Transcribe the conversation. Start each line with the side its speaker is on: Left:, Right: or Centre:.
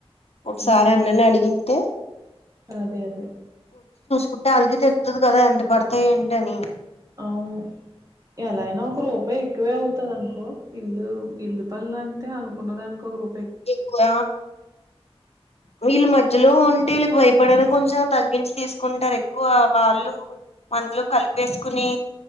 Left: ఒకసారి
Right: ఉమ్
Left: అందర్నీ అడిగింతే
Right: అదే అదే
Left: కుంటే అల్కి తెలుత్తుది కదా ఎంత పడతాయ్ ఏంటని
Right: అవును ఎలా అయినా ఒక రూపాయి ఎక్కువే అవ్ అనుకో ఇల్లు ఇల్లు పనులంటే అనుకున్న దానికి ఒక రూ
Left: ఎక్కువ వీళ్ళు మధ్యలో ఉంటే వీళ్ళకి భయపడనా కొంచెం తగ్గించి తీసుకుంటారు ఎక్కువ వాళ్ళు మందులో కలిపేసుకుని